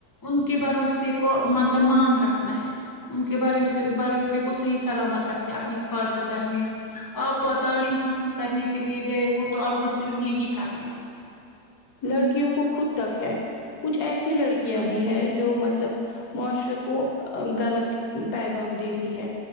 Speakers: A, on the left; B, on the left.
A: ان کے بھروسے کو مطلب مان رکھنا ہے ان کے بھروسے بھروسے کو صحیح سلامت رکھنے اپنی حفاظت کرنے آپ تعلیم حاصل کرنے کے لیے گئے ہو تو آپ کو صرف یہی کرنا ہے
B: لڑکیوں کو خود تک ہے کچھ ایسی لڑکیاں بھی ہے جو مطلب معاشرے کو غلط پیغام دیتی ہے